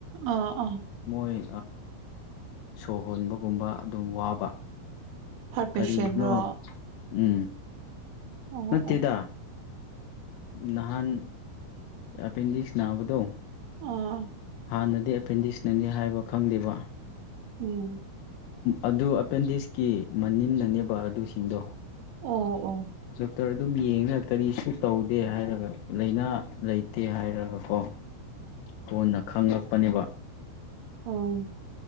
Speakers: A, on the right; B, on the left.
A: ꯑ ꯑꯥ
B: ꯃꯣꯏ ꯁꯣ ꯍꯣꯟꯕꯒꯨꯝꯕ ꯑꯗꯨꯝ ꯋꯥꯕ
A: ꯍꯥꯔꯠ
B: ꯀꯔꯤꯅꯅꯣ
A: ꯄꯦꯁꯦꯟꯔꯣ
B: ꯎꯝ
A: ꯑꯣ
B: ꯅꯠꯇꯦꯗ
A: ꯑꯣ
B: ꯅꯍꯥꯟ ꯑꯦꯄꯦꯟꯗꯤꯛꯁ ꯅꯥꯕꯗꯣ
A: ꯑꯥ
B: ꯍꯥꯟꯅꯗꯤ ꯑꯦꯄꯦꯟꯗꯤꯛꯁꯅꯅꯤ ꯍꯥꯏꯕ ꯈꯪꯗꯦꯕ
A: ꯎꯝ
B: ꯑꯗꯨ ꯑꯦꯄꯦꯟꯗꯤꯛꯁꯀꯤ ꯃꯅꯤꯟꯅꯅꯦꯕ ꯑꯗꯨꯁꯤꯡꯗꯣ
A: ꯑꯣ ꯑꯣ
B: ꯗꯣꯛꯇꯔ ꯑꯗꯨꯝ ꯌꯦꯡ ꯀꯔꯤꯁꯨ ꯇꯧꯗꯦ ꯍꯥꯏꯔꯒ ꯂꯥꯏꯅꯥ ꯂꯩꯇꯦ ꯍꯥꯏꯔꯒ ꯀꯣ ꯀꯣꯟꯅ ꯈꯪꯉꯛꯄꯅꯦꯕ
A: ꯑꯥ